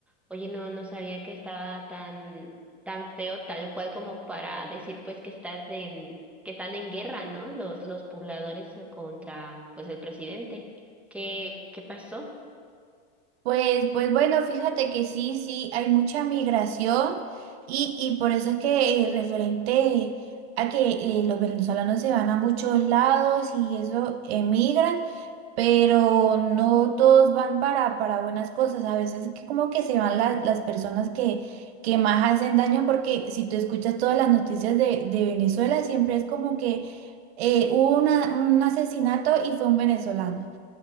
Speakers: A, in the centre; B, on the right (about 70°).
A: oye, no, no sabía que estaba tan, tan feo, tal cual como para decir pues que estás en, que están en guerra, ¿no? Los, los pobladores contra pues el presidente. ¿Qué, qué pasó?
B: Pues, pues bueno, fíjate que sí, sí, hay mucha migración y, y por eso es que eh, referente a que eh, los venezolanos se van a muchos lados y eso emigran. pero no todos van para, para buenas cosas. A veces que como que se van las, las personas que, que más hacen daño, porque si tú escuchas todas las noticias de, de Venezuela, siempre es como que eh, hubo una- un asesinato y fue un venezolano.